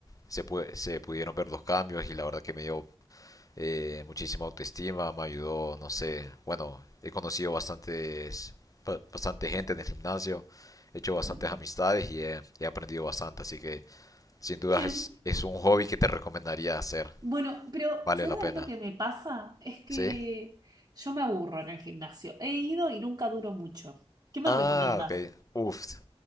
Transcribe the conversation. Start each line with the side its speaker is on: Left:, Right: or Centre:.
Left: se, pu- se pudieron ver los cambios y la verdad que me dio eh, muchísima autoestima, me ayudó, no sé, bueno, he conocido bastantes, bastante gente en el gimnasio, he hecho bastantes
Right: Bueno,
Left: amistades y he, he aprendido bastante, así que sin duda
Right: bien.
Left: es, es un hobby que te recomendaría hacer,
Right: Bueno, pero
Left: vale
Right: ¿sabes
Left: la pena,
Right: a mí lo que me pasa? Es que
Left: ¿sí?
Right: yo me aburro en el gimnasio. He ido y nunca duro mucho. ¿Qué me
Left: Ah,
Right: recomendás?
Left: ok, uff,